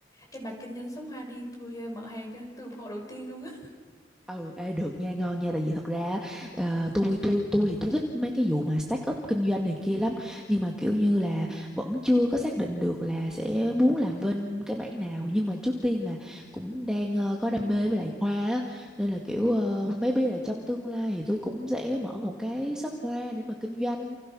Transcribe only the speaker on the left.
Ê bà kinh doanh số hoa đi, tôi ờ, mở hàng cho, tôi ủng hộ đầu tiên luôn á.